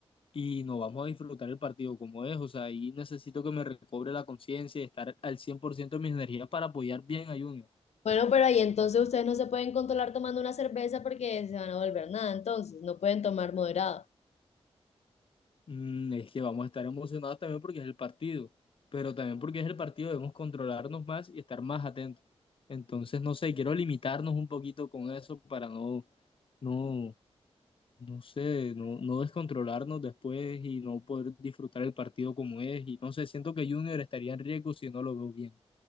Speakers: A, on the left; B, on the left.
A: y nos vamos a disfrutar el partido como es. O sea, ahí necesito que me recobre la conciencia y estar al 100% de mis energías para apoyar bien a Junior.
B: Bueno, pero ahí entonces ustedes no se pueden controlar tomando una cerveza porque se van a volver nada, entonces no pueden tomar moderado.
A: Mm, es que vamos a estar emocionados también porque es el partido, pero también porque es el partido debemos controlarnos más y estar más atentos. Entonces, no sé, quiero limitarnos un poquito con eso para no, no, no sé, no, no descontrolarnos después y no poder disfrutar el partido como es. Y no sé, siento que Junior estaría en riesgo si no lo veo bien.